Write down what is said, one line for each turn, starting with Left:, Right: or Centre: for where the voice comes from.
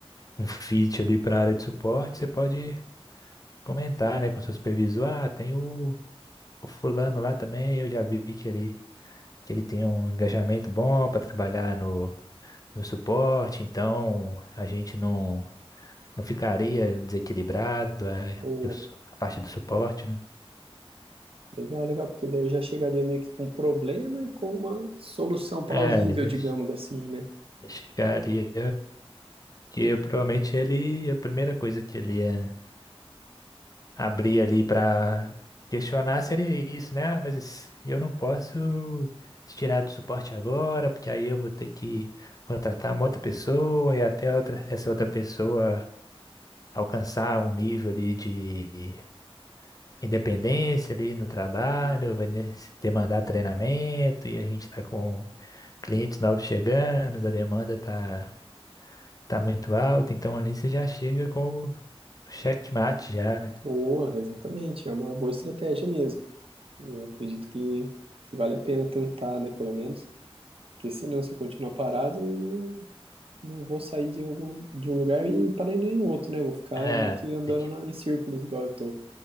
Left: um fit ali para a área de suporte, você pode comentar, né, com o seu supervisor, ah, tem o, o fulano lá também, eu já vi que ele que ele tem um engajamento bom para trabalhar no, no suporte, então a gente não, não ficaria desequilibrado é,
Right: Boa.
Left: eu sou- a, parte do suporte, né?
Right: Legal, legal, porque daí eu já chegaria meio que com um problema e com uma solução plausível,
Left: É, ele
Right: digamos assim, né?
Left: chegaria que provavelmente ele, a primeira coisa que ele ia abrir ali para questionar seria isso, né? Ah, mas esse- eu não posso te tirar do suporte agora, porque aí eu vou ter que contratar uma outra pessoa e até outra, essa outra pessoa alcançar um nível ali de independência ali no trabalho,
Right: Hum.
Left: vai ne- demandar treinamento e a gente está com clientes novos chegando, a demanda tá, tá muito alta, então ali você já chega com o checkmate já, né?
Right: Boa, exatamente. É uma boa estratégia mesmo. E eu acredito que, que vale a pena tentar, né, pelo menos. Porque senão, se eu continuar parado, eu não, não vou sair de algum, de um lugar e parar em nenhum outro, né? Vou ficar
Left: É,
Right: meio que andando
Left: tem que
Right: na- em círculos igual eu tô.